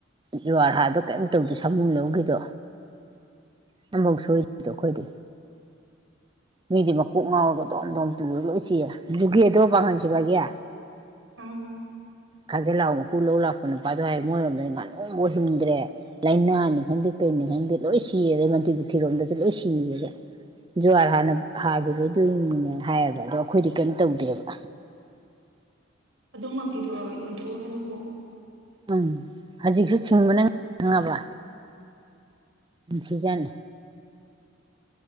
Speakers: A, on the right; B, on the right.
A: ꯖꯨꯍꯔ ꯍꯥꯥꯗꯣ ꯀꯩꯝ ꯇꯧꯗꯦ ꯁꯥꯃꯨ ꯂꯧꯈꯤꯗꯣ ꯉꯝꯕꯧ ꯁꯣꯏꯗꯗꯣ ꯑꯩꯈꯣꯏꯗꯤ ꯃꯤꯗꯤ ꯃꯀꯣꯛ ꯉꯥꯎꯔꯒ ꯗꯣꯝ ꯗꯣꯝ ꯇꯨꯔꯒ ꯂꯣꯏ ꯁꯤꯔꯦ ꯨꯒꯦꯗꯣ ꯄꯥꯡꯍꯟꯁꯤꯕꯒꯦ
B: ꯑꯪ
A: ꯀꯖꯤ ꯂꯑꯣ ꯀꯨ ꯂꯧꯧ ꯂꯥꯛ ꯑꯩ ꯅꯨꯄꯥꯗꯣ ꯍꯥꯏ ꯃꯣꯏꯔꯣꯝꯗꯗꯤ ꯉꯥꯅꯨꯕꯨ ꯍꯤꯡꯗ꯭ꯔꯦ ꯂꯥꯏꯅꯥꯅꯤ ꯈꯪꯗꯦ ꯀꯩꯅ ꯈꯪꯗꯤ ꯂꯣꯏ ꯁꯤꯌꯦꯗ ꯃꯟꯇꯤ ꯄꯨꯊꯤꯔꯣꯝꯗꯗꯤ ꯂꯣꯏ ꯁꯤꯌꯦꯗ ꯖꯨꯍꯥꯔ ꯍꯥꯟꯅ ꯍꯥꯈꯤꯕꯒꯤꯗꯨ ꯏ ꯃꯅꯦ ꯍꯥꯏꯌꯦꯕ ꯑꯗꯣ ꯑꯩꯈꯣꯏꯗꯤ ꯀꯩꯝ ꯇꯧꯗꯦꯕ
B: ꯑꯗꯨꯝ ꯃꯄꯤꯗꯣ ꯌꯣꯟꯊꯣꯛꯎꯔꯅꯨꯀꯣ
A: ꯎꯝ ꯍꯧꯖꯤꯛꯁꯨ ꯊꯤꯡꯕꯅ ꯈꯪꯉꯕ ꯁꯤꯒꯅ